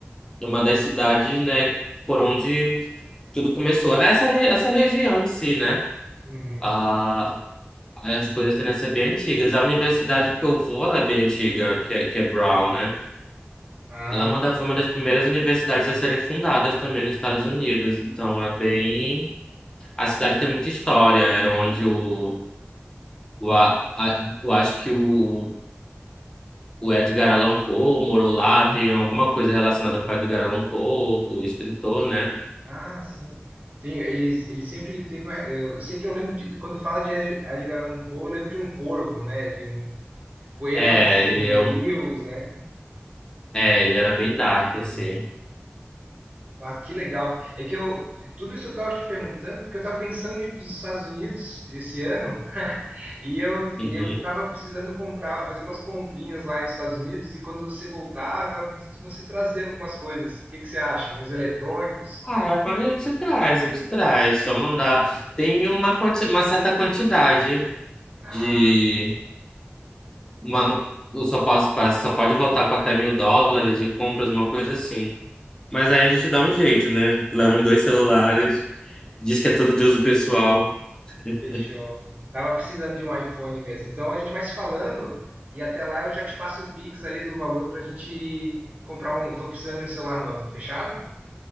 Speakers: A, on the left; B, on the right.
A: é uma das cidades, né, por onde tudo começou. Essa re- essa região em si, né?
B: Uhum.
A: ah, as coisas tendem a ser bem antigas. A universidade que eu vou, ela é bem antiga, que é, que é Brown, né?
B: Ah,
A: Ela é uma da, foi uma das primeiras universidades a serem fundadas também nos Estados Unidos. Então é bem A cidade tem muita história. Era onde o, o, a, a- eu acho que o, o Edgar Allan Poe morou lá. Tem alguma coisa relacionada com o Edgar Allan Poe, o escritor, né?
B: Ah, sim. Tem, eles, ele sempre teve uma. Eu sei que eu lembro de. Quando fala de Edgar Edgar Allan Poe, eu lembro de um corvo, né? De um poemas
A: É,
B: sombrios,
A: ele é, um,
B: né?
A: é, ele era bem dark, assim.
B: Ah, que legal. É que eu. Tudo isso eu estava te perguntando, porque eu estava pensando em ir para os Estados Unidos esse ano, <laughs> e eu, e
A: Uhum.
B: eu estava precisando comprar, fazer umas comprinhas lá nos Estados Unidos, e quando você voltar, eu estava pensando se você trazer algumas coisas. O que que você acha? Uns eletrônicos?
A: Ah, é, a gente traz, a gente traz. Só mandar. Tem uma, quanti, uma certa quantidade
B: Ah.
A: de. Uma, eu só posso, só pode voltar com até mil dólares de compras, uma coisa assim. Mas
B: então
A: aí a gente dá um jeito, né? Leva os dois celulares. Diz que é tudo de uso pessoal. <laughs>
B: Fechou. Tava precisando de um iPhone mesmo. Então a gente vai se falando e até lá eu já te faço o Pix ali do valor pra gente comprar um. Tô precisando de um celular novo, fechado?